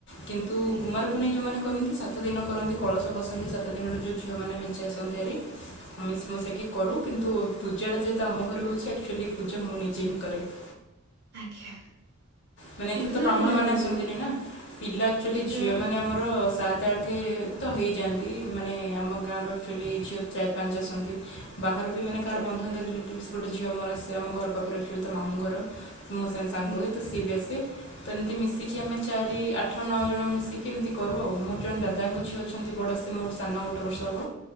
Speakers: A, on the left; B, on the right.
A: କିନ୍ତୁ
B: ଆଜ୍ଞା
A: କୁମାର ପୁନେଇ ଯୋଉ ମାନେ କରନ୍ତି ସାତ ଦିନ କରନ୍ତି କଳସ ବସାନ୍ତି। ସାତ ଦିନରେ ଯଉ ଝିଅ ମାନେ ମେଞ୍ଚେ ଆସନ୍ତି ହାରି। ଆମେ ମିଶି ମାସିକି କରୁ। କିନ୍ତୁ ପୂଜା ଟା ଯେହେତୁ ଆମ ଘରେ ହଉଛି। ଆକଚୁଆଲି ପୂଜା ମୁଁ ନିଜେ ହିଁ କରେ। <inaudible>
B: ଆଜ୍ଞା
A: ମାନେ
B: କେତେ
A: ଏଥେ ତ
B: ଜଣ
A: ବ୍ରାହ୍ମଣ
B: ପିଲା
A: ମାନେ
B: ହୁଅନ୍ତି?
A: ଆସନ୍ତିନି ନା। ପିଲା ଆଚୁଆଲି
B: କେତେ ଜଣ
A: ଝିଅ ମାନେ ଆମର ସାତ ଆଠ ତ ହେଇଯାଆନ୍ତି ମାନେ ଆମ ଗାଁର ଆକଚାଲି ଝିଅ ଚାରି ପାଞ୍ଚ ଆସନ୍ତି। ବାହାରୁ ବି ମାନେ
B: ଆଜ୍ଞା
A: କାହାର ବନ୍ଧୁ ବାନ୍ଧବ ରିଲେଟିଭସ ଗୋଟେ ଝିଅ ମୋର ଆସିଚି। ଆମ ଘର ପାଖରେ। ତା ମାମୁଘର। ମୋ ସାଙ୍ଗେ ସାଙ୍ଗ
B: ଆଜ୍ଞା
A: ହୁଏତ ସେ ତ ଏମିତି ମିଶିକି ଆମେ ଚାରି ଆଠ ନଅ ଜଣ ମିଶିକି ଏମିତି କରୁ ଆଉ ମୋର ଜଣେ ଦାଦାଙ୍କ ଝିଅ ଅଛି। ବଡ଼ ସେ ମୋର ସାନ ଗୋଟେ ବର୍ଷ ହେବ।